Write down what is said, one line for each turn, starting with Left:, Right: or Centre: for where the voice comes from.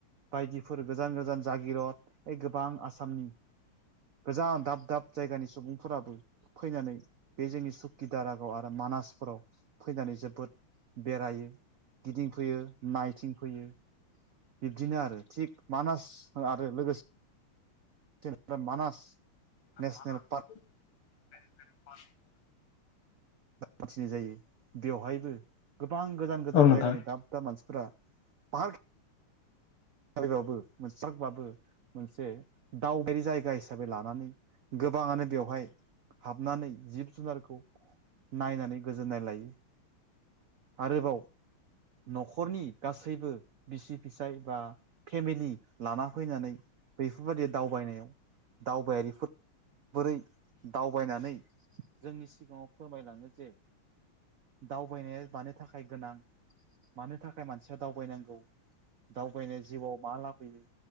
Right: बायदिफोर गोजान गोजान जागिरद बे गोबां आसामनि गोजान दाब दाब जायगानि सुबुंफोराबो फैनानै बे जोंनि सुक्कि दारागाव आरो मानासफोराव फैनानै जोबोद बेरायो गिदिंफैयो नायथिं फैयो बिदिनो आरो थिग मानास आरो लोगोसे ज मानास
Left: <unintelligible>
Right: नेसनेल पार्क मोनथिनाय जायो बेवहायबो गोबां गोजान गोजान
Left: औ नोंथां
Right: जायगानि दाब दाब मानसिफ्रा पाह बाबो मोनसांबाबो मोनसे दावगारि जायगा हिसाबै लानानै गोबाङानो बेवहाय हाबनानै जिब जुनारखौ नायनानै गोजोननाय लायो आरोबाव न'खरनि गासैबो बिसि फिसाय बा फेमिलि लाना फैनानै बेफोरबायदि दावबायनायाव दावबायारिफोर बोरै दावबायनानै जोंनि सिगाङाव फोरमायलाङो जे दावबायनाय मानो थाखाय गोनां मानो थाखाय मानसिया दावबायनांगौ दावबाय जिउआव मा लाबोयो